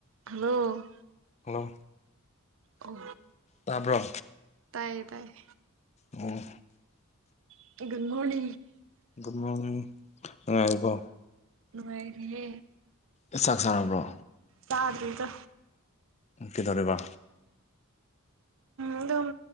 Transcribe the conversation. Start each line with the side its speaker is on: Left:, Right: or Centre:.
Right: Hello
Left: hello
Right: ꯑꯣ
Left: ꯇꯥꯕ꯭ꯔꯣ
Right: ꯇꯥꯏꯌꯦ ꯇꯥꯏꯌꯦ
Left: ꯑꯣ
Right: <unintelligible>
Left: ꯒꯨꯗ ꯃꯣꯔꯅꯤꯡ ꯉꯉꯥꯏꯔꯤꯕꯣ
Right: ꯅꯨꯡꯉꯥꯏꯔꯤꯌꯦ
Left: ꯑꯦ ꯆꯥꯛ ꯆꯥꯔꯕ꯭ꯔꯣ
Right: ꯌꯥꯗꯗ
Left: ꯏꯀꯤꯦꯗꯔꯦꯕꯥ
Right: ꯑꯗꯨꯝ